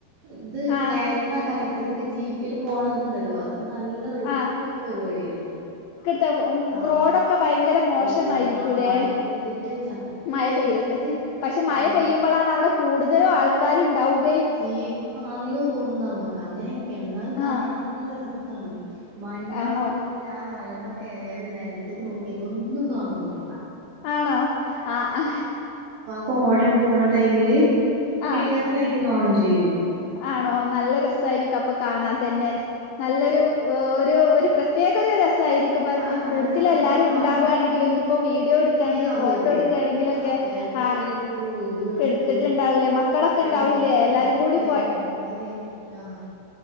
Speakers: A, on the right; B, on the left.
A: ഇത്
B: ആ
A: കയറ്ണ കയ റ്റത്തക്ക് ജീപ്പിൽ പോണതുണ്ടല്ലോ അത് നല്ല റിസ്ക്
B: ആ
A: എടുത്ത പരിപാടിയാണ്
B: <unintelligible>
A: ആ
B: റോഡൊക്കെ ഭയങ്കര മോശമായിരിക്കൂലേ
A: റോഡ് ആ മഴ പെയ്തിട്ട് ചപ്പിളി
B: മഴ
A: ആയിങ്ങാണ്ട്
B: പെയ്തിട്ട് പക്ഷേ മഴ
A: ആ
B: പെയ്യുമ്പളാണ് അവിടെ കൂടുതലും ആൾക്കാര് ഉണ്ടാവുക
A: ജീപ്പ് മറിയോ തോന്നും നമ്മക്ക് അങ്ങനെയൊക്കെയാണ് എന്നാലും കാണാൻ
B: ആഹ്
A: നല്ല രസ ആ മഞ്ഞ്
B: ആണോ
A: മൂടിട്ട് ആ മലമ്മ കയറിയാല് നെൽത്ത്ക്ക് നോക്കിയാല് ഒന്നും കാണൂല്ല
B: ആണോ ആ ആ
A: പോട പോണ ടൈമില്
B: ആഹ്
A: ക്ലിയർ ആയി കാണും ചെയ്യും
B: ആണോ നല്ല രസമായിരിക്കപ്പ് ഇപ്പൊ കാണാൻ തന്നെ നല്ലൊരു ഒരു ഒരു പ്രത്യേക ഒരു രസം ആയിരിക്കും അപ്പ
A: ആഹ് നല്ല
B: കൂട്ടത്തിൽ
A: രസം
B: എല്ലാരും
A: നമ്മളെ
B: ഉണ്ടാവുകയാണെങ്കിലും
A: മനസ്സൊക്കെ ഒന്ന്
B: ഇനിയിപ്പോ വീഡിയോ
A: ഫ്രീ
B: എടുക്കയാണെങ്കിലും
A: ആവല്ലേ
B: ഫോട്ടോ എടുക്കുകയാണെങ്കിലുംക്കെ
A: ആഹ് ഫോട്ടോ
B: ആ
A: കൊറേ എടുത്തു വീഡിയോ എടുത്തു
B: എടുത്തിട്ടുണ്ടാവൂലേ മക്കളൊക്കെ
A: മക്കളെ
B: ഉണ്ടാവൂലേ എല്ലാരും കൂടിം
A: <unintelligible>